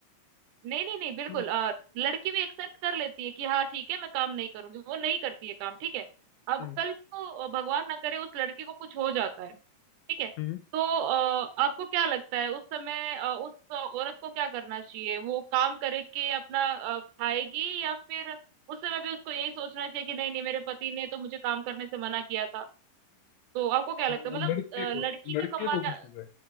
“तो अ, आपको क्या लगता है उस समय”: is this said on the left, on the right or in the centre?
Right